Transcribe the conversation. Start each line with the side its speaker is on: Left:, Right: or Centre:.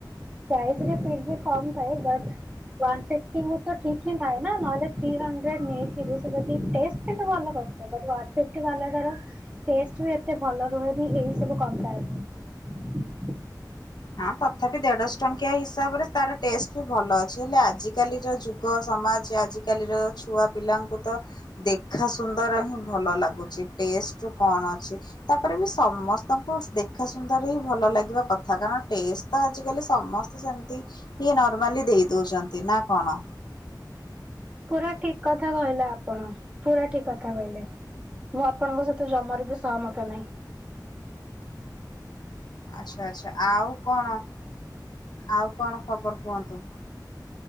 Right: ସାଇଜରେ ଫିର୍ବି କମ୍ ଥାଏ ବଟ ୱାନ୍ ଫିଫଟିକୁ ତ ଠିକ ହିଁ ଥାଏନା ନହେଲେ ଥ୍ରୀ ହଣ୍ଡ୍ରେଡ ନେଇଥିବେ ସେ ଯଦି ଟେଷ୍ଟ ହେତେ ଭଲ କରିଥିଲେ। ବୁଟ ୱାନ ଫିଫ୍ଟୀ ବାଲାଟାର ଟେଷ୍ଟ ବି ଏତେ ଭଲ ରହୁନି ଏହି ସବୁ କମ୍ପେୟାରରେ।
Left: ହଁ ତଥାପି ଦେଢଶହ ଟଙ୍କିଆ ହିସାବରେ ତାର ଟେଷ୍ଟ ବି ଭଲ ଅଛି ହେଲେ ଆଜିକାଲିର ଯୁଗ ସମାଜ ଆଜିକାଲିର ଛୁଆ ପିଲାଙ୍କୁ ତ ଦେଖା ସୁନ୍ଦର ହିଁ ଭଲ ଲାଗୁଛି ଟେଷ୍ଟ କଣ ଅଛି ତାପରେ ବି ସମସ୍ତଙ୍କୁ ଦେଖା ସୁନ୍ଦର ହିଁ ଭଲ ଲାଗିବା କଥା କାରଣ ତ ଆଜିକାଲି ସମସ୍ତେ ସେମତି ଇଏ ନର୍ମାଲି ଦେଇ ଦଉଛନ୍ତି ନା କଣ?
Right: ପୁରା ଠିକ କଥା କହିଲା ଆପଣ ପୁରା ଠିକ କଥା କହିଲେ ମୁଁ ଆପଣଙ୍କ ସହିତ ଜମାରୁ ବି ସହମତ ନାହିଁ।
Left: ଆଚ୍ଛା ଆଛା ଆଉ କଣ? ଆଉ କଣ ଖବର କୁହନ୍ତୁ?